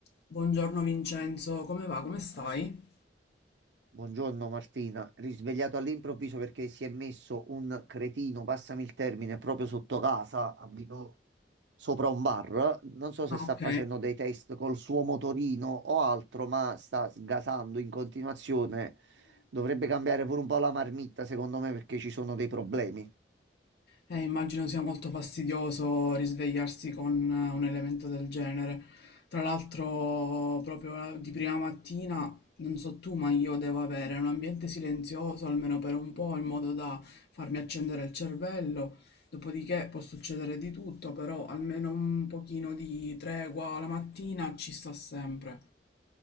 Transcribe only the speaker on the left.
Buongiorno Vincenzo, come va? Come stai?
Ah,
ok.
Eh, immagino sia molto fastidioso risvegliarsi con eh, un elemento del genere. Tra l'altro, proprio la- di prima mattina, non so tu, ma io devo avere un ambiente silenzioso almeno per un po', in modo da farmi accendere il cervello. Dopodiché può succedere di tutto, però almeno un pochino di tregua la mattina ci sta sempre.